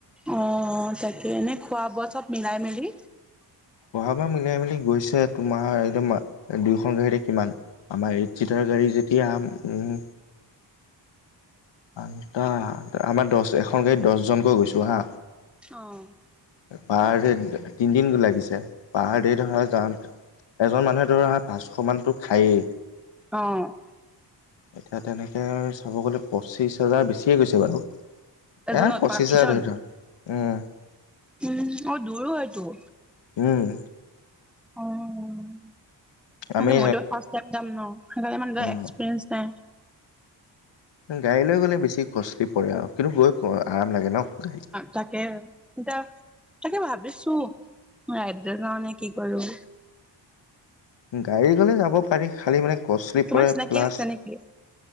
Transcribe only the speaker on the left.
<unintelligible> মিলিয়াই মিলি গৈছে তোমাৰ এইদম দুয়োখন গাড়ীতে কিমান আমাৰ এইট চিটাৰ গাড়ী যেতিয়া উম আটা আমাৰ দহ এখন গাড়ীত দহজনকৈ গৈছো হা।
পাৰ দে তিনিদিন লাগিছে পাৰ দে ধৰা যাওঁ এজন মানুহে ধৰা পাঁচশ মানতো খায়েই।
এতিয়া তেনেকে চাব গলে পঁচিশ হাজাৰ বেছিয়ে গৈছে বাৰু।
এ পঁচিছ
হাজাৰ ধৰি থোৱা, উম।
উম।
আমি
অ'
গাড়ী লৈ গ'লে বেছি কষ্টলি পৰে আৰু কিন্তু গৈ আৰাম লাগে ন' গাড়ীত।
গাড়ী গ'লে যাব পাৰি খালি মানে কছিলি
পৰে
প্লাছ